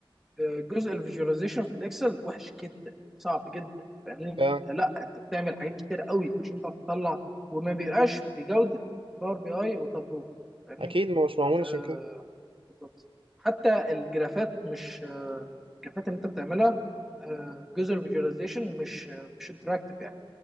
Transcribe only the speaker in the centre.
آه، جزء الفيجواليزيشن في الاكسل وحش جدا صعب جدا فاهمني
آه، لا انت بتعمل حاجات كتير قوي عشان تعرف تطلع وما بيبقاش بجوده باور بي اي وتابلو فاهمني
آه
بالظبط حتى الجرافات مش آه الجرافات اللي انت بتعملها آه جزء الفيجواليزيشن مش آه مش انتراكتيف يعني